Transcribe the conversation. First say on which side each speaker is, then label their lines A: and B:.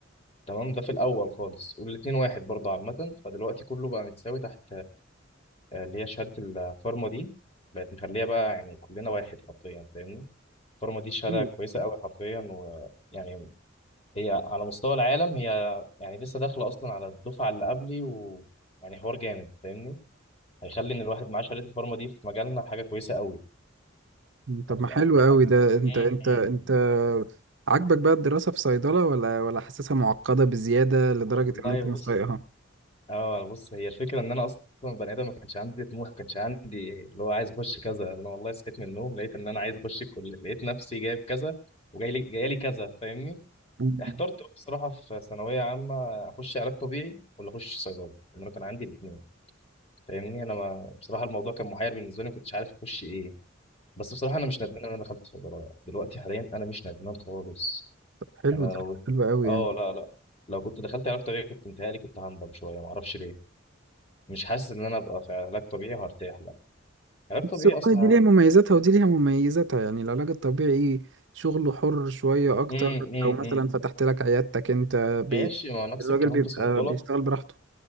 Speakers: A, on the left (about 30°); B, on the right (about 65°).
A: تمام ده في الاول خالص والاتنين واحد برضه عامه فدلوقتي كله بقى متساوي تحت آه، اللي هي شهاده الفارما دي بقت مخليها بقى يعني كلنا واحد حرفيا فاهمني الفارما دي شهاده
B: مم.
A: كويسه قوي حرفيا ويعني هي على مستوى العالم هي يعني لسه داخله اصلا على الدفعه اللي قبلي ويعني حوار جامد فاهمني هيخلي ان الواحد معاه شهاده الفارما دي في مجالنا حاجه كويسه قوي
B: طب
A: وهتبقى
B: ما حلو
A: يعني
B: قوي ده انت انت
A: آه،
B: انت
A: مم.
B: عاجبك بقى الدراسة في صيدلة ولا ولا حاسسها معقدة بزيادة لدرجة
A: والله
B: ان انت مش
A: بص
B: طايقها
A: اه بص هي الفكره ان انا اصلا بني ادم ما كانش عندي طموح ما كانش عندي اللي هو عايز اخش كذا انا والله صحيت من النوم لقيت ان انا عايز اخش الكليه لقيت نفسي جايب كذا وجاي لي جاي لي كذا فاهمني
B: مم.
A: احترت بصراحه في ثانويه عامه اخش علاج طبيعي ولا اخش صيدله لان انا كان عندي الاثنين فاهمني انا ما بصراحه الموضوع كان محير بالنسبه لي ما كنتش عارف اخش ايه بس بصراحه انا مش ندمان ان انا دخلت صيدله دلوقتي حاليا انا مش ندمان خالص
B: طب حلو
A: انا لو
B: ده حلو قوي
A: اه
B: يعني
A: لا لا لو كنت دخلت علاج طبيعي كنت انتهالي كنت هندم شويه ما اعرفش ليه مش حاسس ان انا ابقى في علاج طبيعي هرتاح لا علاج
B: بس
A: طبيعي
B: والله
A: اصلا
B: دي ليها مميزاتها ودي ليها مميزاتها يعني العلاج الطبيعي شغله حر شوية أكتر
A: امم امم
B: لو مثلا فتحت لك عيادتك أنت ب...
A: ماشي ما هو نفس
B: الراجل
A: الكلام
B: بيبقى
A: في صيدله
B: بيشتغل براحته